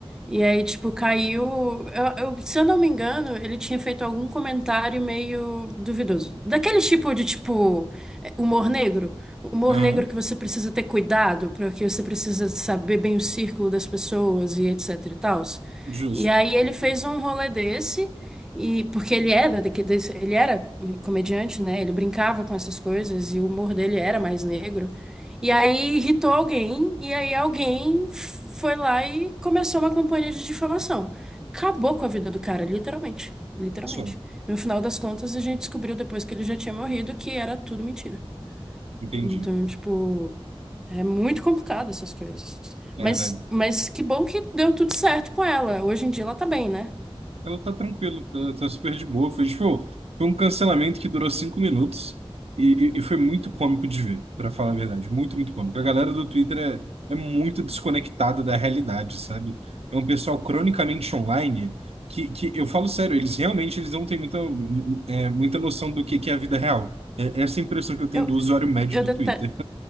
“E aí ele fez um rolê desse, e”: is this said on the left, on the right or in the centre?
Centre